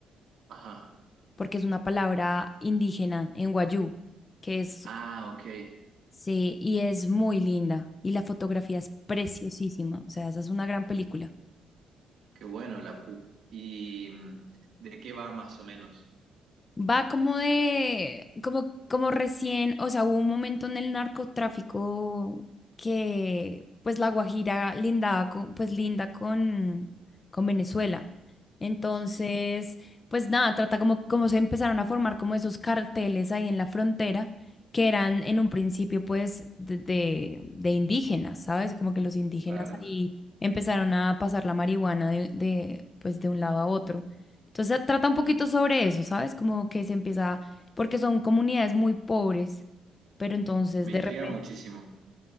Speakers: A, on the right; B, on the left.
A: ajá,
B: porque es una palabra indígena en Wayuu, que es,
A: ah, ok,
B: sí, y es muy linda, y la fotografía es preciosísima, o sea, esa es una gran película.
A: qué bueno la PU. ¿Y mm, de qué va más o menos?
B: Va como de, como, como recién, o sea, hubo un momento en el narcotráfico que pues La Guajira lindaba con, pues linda con, con Venezuela. Entonces,
A: Sí,
B: pues nada, trata como, como se empezaron a formar como esos carteles ahí en la frontera, que eran en un principio pues de, de, de indígenas, ¿sabes? Como que los indígenas
A: claro,
B: ahí empezaron a pasar la marihuana de, de, pues de un lado a otro. Entonces trata un
A: claro.
B: poquito sobre eso, ¿sabes? Como que se empieza, porque son comunidades muy pobres, pero entonces
A: Me
B: de
A: intriga
B: repente,
A: muchísimo,